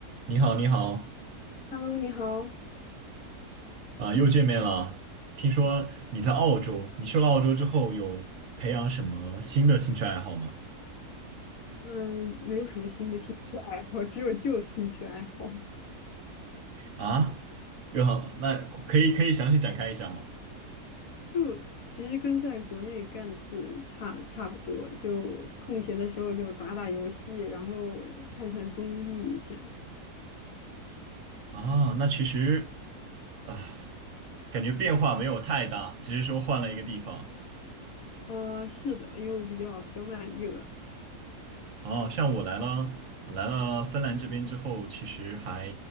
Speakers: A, on the right; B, on the left.
A: 你好，你好，
B: Hello，你好。
A: 啊、又见面了。听说你在澳洲，你去了澳洲之后有培养什么新的兴趣爱好吗？
B: 嗯，没有什么新的兴趣爱好，只有旧兴趣爱好。
A: 啊，又好，那可以可以详细展开一下吗？
B: 就其实跟在国内干的事差差不多，就空闲的时候就打打游戏，然后看看综艺这样。
A: 啊，那其实啊，感觉变化没有太大，只是说换了一个地方。
B: 啊、是的，因为我比较比较慢热。
A: 啊，像我来了来了芬兰这边之后，其实还